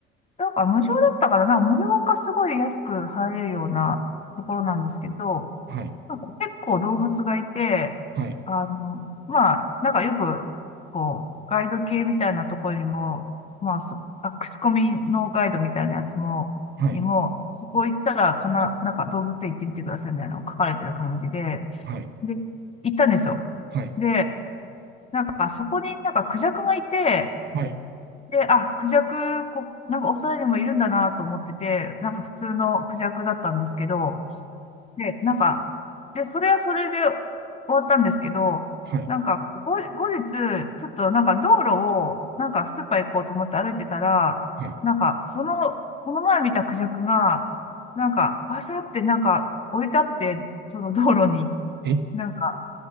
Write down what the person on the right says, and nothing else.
はい。
はい。
はい。
はい。
はい。
はい。
はい。はい。
はい。
え